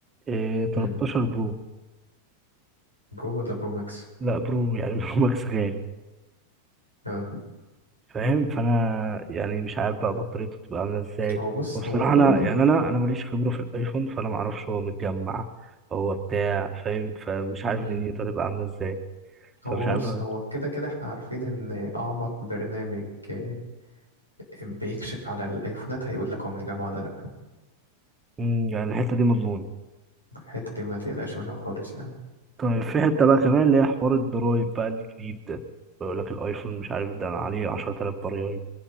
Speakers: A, on the right; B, on the left.
A: إيه 13
B: مم.
A: برو
B: برو ولا برو ماكس
A: لا برو يعني <laughs> برو ماكس غالي
B: اه
A: فاهم فانا يعني مش عارف بقى بطاريته بتبقى عامله ازاي
B: هو بص
A: وبصراحه
B: هو كل
A: انا يعني انا انا ماليش خبره في الايفون فانا ما اعرفش هو متجمع هو بتاع فاهم فمش عارف
B: مم.
A: دنيته هتبقى عامله ازاي فمش
B: هو
A: عارف
B: بص
A: أنا-
B: هو كده كده احنا عارفين ان اعمق برنامج اه، بيكشف على الايفونات هيقول لك هو من الجامعة ولا لا
A: مم، يعني الحته دي مضمونه
B: الحتة دي ما تقلقش منها خالص يعني
A: طيب في حته بقى كمان اللي هي حوار الضرايب بقى الجديد ده بيقول لك الايفون مش عارف ده عليه 10000 ضرايب